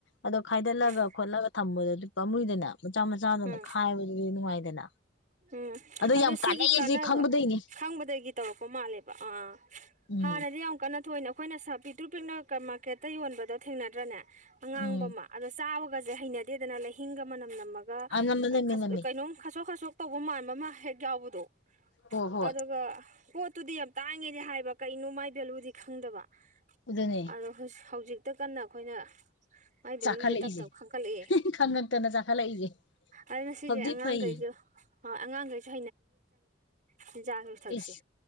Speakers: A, on the left; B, on the right.
A: ꯑꯗꯣ ꯈꯥꯏꯗꯠꯂꯒ
B: ꯎꯝ
A: ꯈꯣꯠꯂꯒ ꯊꯝꯕꯗꯗꯤ ꯄꯥꯝꯃꯨꯏꯗꯅ ꯃꯆꯥ ꯃꯆꯥꯗꯅ
B: ꯎꯝ
A: ꯈꯥꯏꯕꯗꯨꯗꯤ ꯅꯨꯡꯉꯥꯏꯗꯅ
B: ꯎꯝ ꯑꯗꯣ
A: ꯌꯥꯝ
B: ꯁꯤꯒꯤ
A: ꯀꯥꯟꯅꯩ
B: ꯀꯥꯟꯅꯕ
A: ꯑꯁꯤ ꯈꯪꯕꯗꯩꯅꯦ
B: ꯈꯪꯕꯗꯒꯤ ꯇꯧꯔꯛꯄ ꯃꯥꯜꯂꯦꯕ ꯑꯥ
A: ꯎꯝ
B: ꯍꯥꯟꯅꯗꯤ ꯌꯥꯝ ꯀꯟꯅ ꯊꯣꯛꯏꯅꯦ ꯑꯩꯈꯣꯏꯅ ꯄꯤꯛꯇ꯭ꯔꯨ ꯄꯤꯛꯅ <unintelligible> ꯃꯥꯔꯀꯦꯠꯇ ꯌꯣꯟꯕꯗꯣ ꯊꯦꯡꯅꯗ꯭ꯔꯅꯦ ꯑꯉꯥꯡꯕ
A: ꯎꯝ
B: ꯑꯃ ꯑꯗꯣ ꯆꯥꯕ ꯒꯁꯦ ꯍꯩꯅꯗꯦꯗꯅ ꯂꯩꯍꯤꯡꯒ ꯃꯅꯝ ꯅꯝꯃ ꯑꯗꯨꯒ
A: ꯑꯅꯝꯕ ꯅꯝꯃꯦ ꯅꯝꯃꯦ
B: ꯀꯩꯅꯣꯝ ꯈꯥꯁꯣꯛ ꯈꯁꯣꯛ ꯇꯧꯕ ꯃꯥꯟꯕ ꯑꯃ ꯍꯦꯛ ꯌꯥꯎꯕꯗꯣ
A: ꯍꯣꯏ ꯍꯣꯏ
B: ꯑꯗꯨꯒ ꯄꯣꯠꯇꯨꯗꯤ ꯌꯥꯝ ꯇꯥꯡꯉꯦꯗꯤ ꯍꯥꯏꯕ ꯀꯩꯅꯣ ꯃꯥꯏ ꯚꯦꯂꯨꯗꯤ ꯈꯪꯗꯕ
A: ꯑꯗꯨꯅꯦ
B: <unintelligible> ꯍꯧꯖꯤꯛ ꯍꯦꯛꯇ ꯀꯟꯅ ꯑꯩꯈꯣꯏꯅ ꯃꯥꯏ ꯚꯦꯂꯨꯁꯦ
A: ꯆꯥꯈꯠꯂꯛꯏꯁꯦ
B: ꯇꯞ ꯇꯞ ꯈꯟꯀꯠꯂꯛꯑꯦ
A: ꯈꯪꯉꯛꯇꯅ ꯆꯥꯈꯠꯂꯛꯏꯁꯦ
B: ꯑꯗꯨꯅ ꯁꯤꯁꯦ
A: ꯐꯕꯗꯤ
B: ꯑꯉꯥꯡꯈꯩꯁꯨ
A: ꯐꯩ
B: ꯑꯉꯥꯡꯈꯩꯁꯨ <unintelligible> ꯖꯥ ꯁꯨ ꯊꯛꯁꯤ
A: ꯏꯁ